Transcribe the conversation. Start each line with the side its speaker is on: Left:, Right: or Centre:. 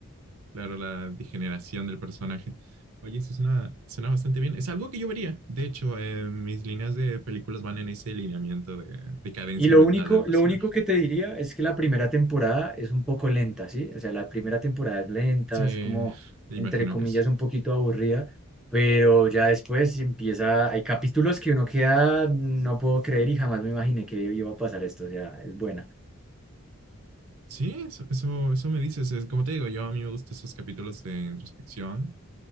Right: claro, la degeneración del personaje. Oye, eso suena, suena bastante bien. Es algo que yo vería. De hecho, eh, mis líneas de películas van en ese lineamiento de decadencia
Centre: Y lo
Right: mental
Centre: único,
Right: del personaje.
Centre: lo único que te diría es que la primera temporada es un poco lenta, ¿sí? O sea, la primera temporada es lenta,
Right: Sí,
Centre: es como,
Right: imagino
Centre: entre comillas,
Right: que sí.
Centre: un poquito aburrida, pero ya después empieza, hay capítulos que uno queda, no puedo creer y jamás me imaginé que iba a pasar esto, o sea, es buena.
Right: Sí, eso, eso, eso me dices. Es, como te digo, yo a mí me gustan esos capítulos de introspección.